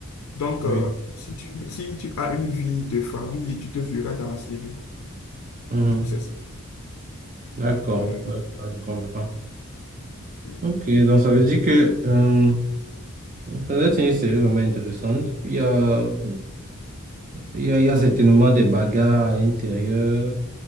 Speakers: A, on the left; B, on the right.
A: Donc,
B: Oui.
A: euh, si tu, si tu as une vie de famille, tu te verras dans la série.
B: Mhm.
A: Du coup, c'est ça.
B: D'accord.
A: Euh,
B: D'accord, je comprends.
A: Mm.
B: Ok, donc ça veut dire que euh, ça doit être une série vraiment intéressante. Puis, euh, Il y a, il y a certainement des bagarres à l'intérieur.